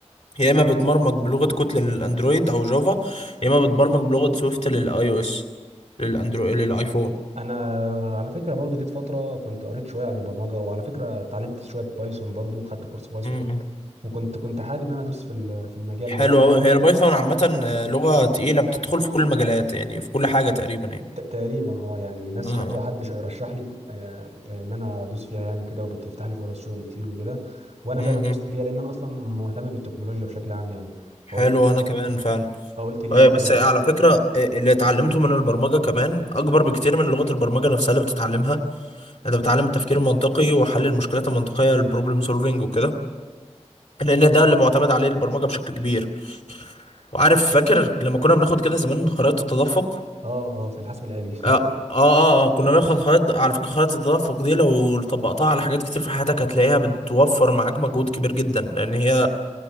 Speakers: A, on the left; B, on the right.
A: يا اما بتبرمج بلغه كوتلين للاندرويد او جافا يا اما بتبرمج بلغه سويفت للاي او اس للاندرويد للايفون
B: انا على فكره برضو جيت فتره كنت قريت شويه عن البرمجه وعلى فكره اتعلمت شويه بايثون برضو خدت كورس بايثون
A: مم.
B: وكنت كنت حابب ان انا ادوس في ال- في المجال
A: حلو
B: ده يعني
A: قوي هي البايثون عامه آه، لغه تقيله بتدخل في كل المجالات يعني في كل حاجه تقريبا يعني
B: ت- تقريبا اه يعني ناس
A: مم.
B: حتى حد ش- رشح لي ك- آه، آه، ان انا ادوس فيها يعني وكده وبتفتح لي فرص شغل كتير وكده وانا
A: مم.
B: فعلا دوست
A: مم.
B: فيها لان انا اصلا مهتم بالتكنولوجيا بشكل عام يعني
A: حلو
B: فقلت
A: انا كمان فعلا
B: قلت ليه
A: آه،
B: لا
A: بس
B: بقى
A: على فكره آه، اللي اتعلمته من البرمجه كمان اكبر بكتير من لغه البرمجه نفسها اللي بتتعلمها انت بتتعلم التفكير المنطقي وحل المشكلات المنطقيه البروبلم سولفينج وكده لان ده اللي معتمد عليه البرمجه بشكل كبير وعارف فاكر لما كنا بناخد كده زمان خرائط التدفق
B: اه اه في الحاسب الآلي <laughs>
A: آه, اه اه آه، كنا بناخد خرائط على فكرة خرائط التدفق دي لو طبقتها على حاجات كتير في حياتك هتلاقيها بتوفر معاك مجهود كبير جدا لان هي